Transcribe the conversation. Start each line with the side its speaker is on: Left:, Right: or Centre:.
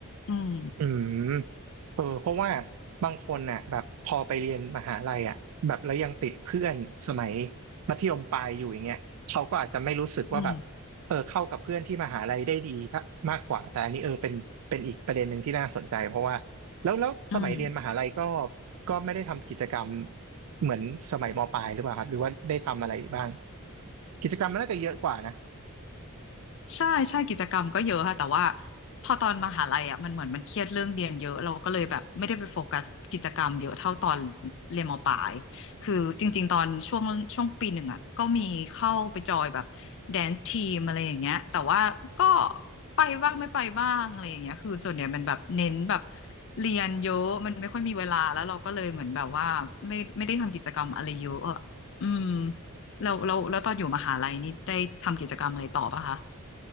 Left: อืม
Right: อืม เออเพราะว่าบางคนน่ะแบบพอไปเรียนมหาลัยอ่ะแบบแล้วยังติดเพื่อนสมัยมัธยมปลายอยู่อย่างเงี้ยเขาก็อาจจะไม่รู้สึกว่าแบบ
Left: อืม
Right: เออเข้ากับเพื่อนที่มหาลัยได้ดีถ้ามากกว่าแต่อันนี้เออเป็นเป็นอีกประเด็นหนึ่งที่น่าสนใจเพราะว่าแล้วแล้วสมัยเรียนมหาลัยก็
Left: อืม
Right: ก็ไม่ได้ทำกิจกรรมเหมือนสมัยมปลายหรือเปล่าครับหรือว่าได้ทำอะไรบ้างกิจกรรมมันน่าจะเยอะกว่านะ
Left: ใช่ใช่กิจกรรมก็เยอะค่ะแต่ว่าพอตอนมหาลัยอ่ะมันเหมือนมันเครียดเรื่องเรียนเยอะเราก็เลยแบบไม่ได้ไปโฟกัสกิจกรรมเยอะเท่าตอนเรียนมปลายคือจริงๆตอนช่วงช่วงปีหนึ่งอ่ะก็มีเข้าไปจอยแบบแดนซ์ทีมอะไรอย่างเงี้ยแต่ว่าก็ไปบ้างไม่ไปบ้างอะไรอย่างเงี้ยคือส่วนใหญ่มันแบบเน้นแบบเรียนเยอะมันไม่ค่อยมีเวลาแล้วเราก็เลยเหมือนแบบว่าไม่ไม่ได้ทำกิจกรรมอะไรเยอะอะอืมแล้วแล้วแล้วตอนอยู่มหาลัยนี่ได้ทำกิจกรรมอะไรต่อปะคะ